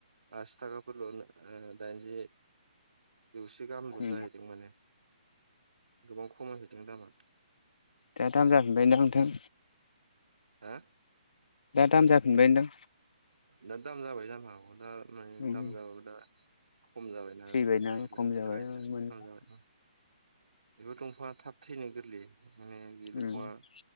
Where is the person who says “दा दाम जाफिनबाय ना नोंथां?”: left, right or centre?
Left